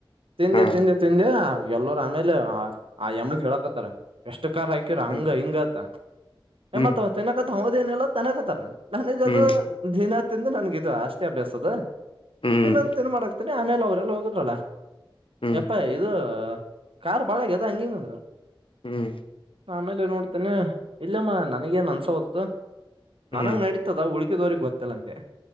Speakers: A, on the right; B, on the left.
A: ತಿಿಂದೆ
B: ಹಾ
A: ತಿೆ ತಿಿಂದೆ ಎಲ್ಲೋರ್ ಆಮೇಲೆ ಆ ಯಮ ಹೇಳಕತ್ತಾರ ಎಷ್ಟ ಹಾಕ್ಯರ ಹಂಗ
B: ಹ್ಮ್
A: ಹಿಂಗತ
B: ಹ್ಮ್
A: ಮತ್ತ ಇದೇನೆಲ್ಲ ತೆಕತಾರೆ ನೆದು
B: ಹ್ಮ್
A: ದಿನ ನನ್ಗಿದದು ಅ ಷ್ಟೇ ಅಭ್ಯಾಸ ಅದ
B: ಹ್ಮ್
A: ತಿನ್ನದು ತಿನ್ ಮಾಡಾಕ್ತೇನೆ ಆಮೇಲೆ ಅವ್ರಲ್ಲಿ ಹೋಗುದಲ್ಲ
B: ಹ್ಮ್
A: ಎಪ್ಪ ಇದು ಕಾರ್ ಬಾಳಗ್ಯದ ಹಂಗಿಂಗ ಅಂದ್ರ
B: ಹ್ಮ್
A: ಆಮೇಲೆ ಏ ನೋಡ್ತೇನೆ ಇಲ್ಲಮ್ಮ ನನಗ ಏನ್ ಅನ್ಸ ಹೊತ
B: ಹ್ಮ್
A: ನನಂಗ ನಡೀತದ ಉಳ್ಕಿದವ್ರಗ್ ಗೊತ್ತಲ್ಲ ನಂಗೆ